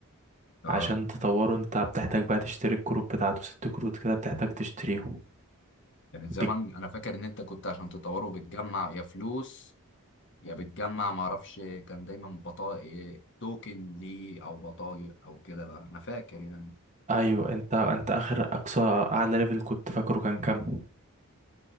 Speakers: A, on the left; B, on the right.
A: اه
B: عشان تطوره انت بتحتاج بقى تشتري الكروت بتاعته ست كروت كده بتحتاج تشتريهم
A: يعني
B: بك...
A: زمان انا فاكر ان انت كنت عشان تطوره بتجمع يا فلوس يا بتجمع معرفش كان دايما بطايق توكن ليه او بطايق او كده لا انا فاكر يعني
B: ايوه انت انت اخر اقصى اعلى ليفل كنت فاكره كان كام